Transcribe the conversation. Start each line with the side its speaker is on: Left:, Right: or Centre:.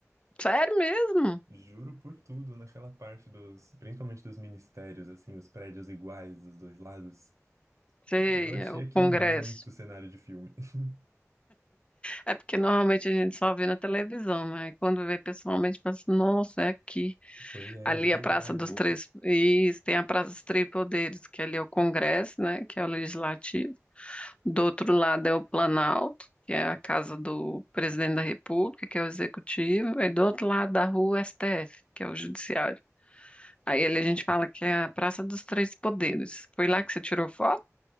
Left: Sério mesmo?
Right: Juro por tudo, naquela parte dos, principalmente dos ministérios, assim, os prédios iguais dos dois lados.
Left: Sei,
Right: Eu achei
Left: é o
Right: aquilo
Left: congresso.
Right: muito cenário de filme. <laughs>
Left: É porque normalmente a gente só vê na televisão, né? E Quando vê pessoalmente, fala assim, nossa, é aqui.
Right: Pois é,
Left: Ali
Right: de verdade.
Left: é a Praça dos Três... Isso, tem a Praça dos Três Poderes, que ali é o congresso, né? Que é o legislativo. Do outro lado é o Planalto, que é a casa do presidente da República, que é o executivo, e do outro lado da rua, o STF, que é o judiciário. Aí ali a gente fala que é a Praça dos Três Poderes. Foi lá que você tirou foto?